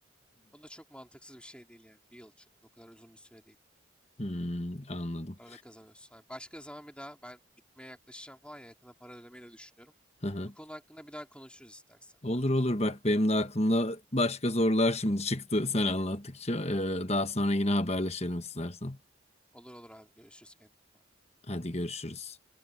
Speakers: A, in the centre; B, on the left (about 35°).
A: o da çok mantıksız bir şey değil yani. Bir yıl çünkü o kadar uzun bir süre değil.
B: hı, anladım.
A: Arada kazanıyorsun. Yani başka zaman bir daha ben gitmeye yaklaşacağım falan ya yakında para ödemeyi de düşünüyorum.
B: Hı hı.
A: Bu konu hakkında bir daha konuşuruz istersen
B: Olur
A: hatta.
B: olur bak benim de aklımda başka sorular şimdi çıktı sen anlattıkça. Ee, daha sonra yine haberleşelim istersen.
A: Olur olur abi görüşürüz kendine. iyi bak.
B: Hadi görüşürüz.